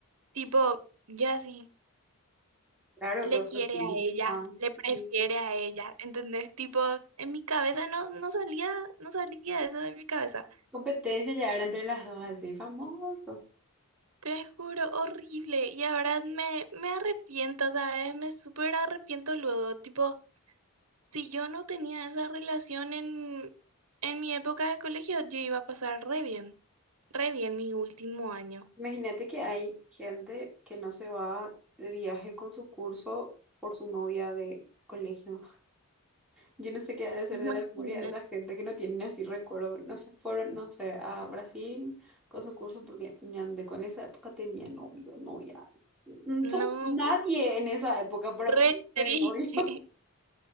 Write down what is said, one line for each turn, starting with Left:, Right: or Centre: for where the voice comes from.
Right: Tipo, ya sí
Centre: Claro,
Right: le
Centre: todos
Right: quiere
Centre: los primas
Right: a ella, le prefiere
Centre: y
Right: a ella, ¿entendés? Tipo, en mi cabeza no, no salía, no salía eso de mi cabeza.
Centre: competencia ya era entre las dos, así famoso.
Right: Te juro, horrible. Y ahora me, me arrepiento, ¿sabes? Me súper arrepiento luego. Tipo, Si yo no tenía esa relación en, en mi época de colegio, yo iba a pasar re bien, re bien mi último año.
Centre: Imagínate que hay gente que no se va de viaje con su curso por su novia de colegio. Yo no sé qué ha de ser
Right: <laughs> Imagínate,
Centre: de la memoria de esa gente que no tienen así recuerdo. No se fueron, no sé, a Brasil con su curso porque ñande, con esa época tenía novio, novia. No
Right: no,
Centre: sos nadie
Right: po-
Centre: en esa época para
Right: re
Centre: ponerse de
Right: triste,
Centre: novio. <laughs>